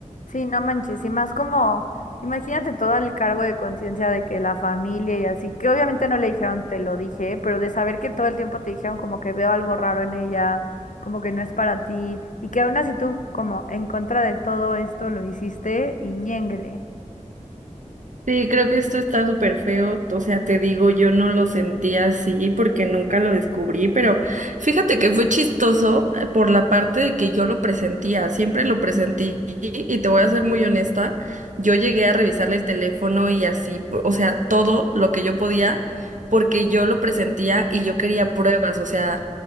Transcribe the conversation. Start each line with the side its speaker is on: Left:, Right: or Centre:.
Left: Sí, no manches, y más como, imagínate todo el cargo de conciencia de que la familia y así, que obviamente no le dijeron te lo dije, pero de saber que todo el tiempo te dijeron como que veo algo raro en ella, como que no es para ti, y que aún así tú como en contra de todo esto lo hiciste y ñénguele.
Right: Sí, creo que esto está súper feo. O sea, te digo, yo no lo sentí así porque nunca lo descubrí, pero fíjate que fue chistoso eh, por la parte de que yo lo presentía, siempre lo presentí y te voy a ser muy honesta, yo llegué a revisarle el teléfono y así, p- o sea, todo lo que yo podía porque yo lo presentía y yo quería pruebas, o sea,